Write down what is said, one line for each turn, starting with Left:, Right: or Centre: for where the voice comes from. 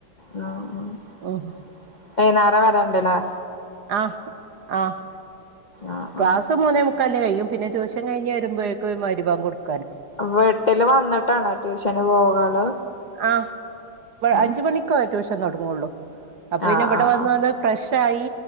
Left: വൈകുന്നേരം
Right: ഉം
Left: വരണ്ടല്ലേ
Right: ആഹ് ആഹ്
Left: ആഹ്
Right: ക്ലാസ്സ്
Left: ആഹ്
Right: മൂന്നേ മുക്ക് <unintelligible> കഴും പിന്നെ ട്യഷൻ കഴിഞ് വരുമ്പഴേക്കെ മഗ്‌രി ബാങ്ക് കൊടുക്കും
Left: വീട്ടില് വന്നിട്ടാണോ ട്യൂഷന് പോകാള്
Right: ആ
Left: ആഹ്
Right: അഞ്ച മണിക്കോ റ്റുഷ <unintelligible> തുടങ്ങുള്ളൂ അപ്പൊ പിന്ന
Left: ആഹ്
Right: ഇവിടെ
Left: ആഹ്
Right: വന്ന്
Left: ആഹ്
Right: ഒന്ന് ഫ്രഷായി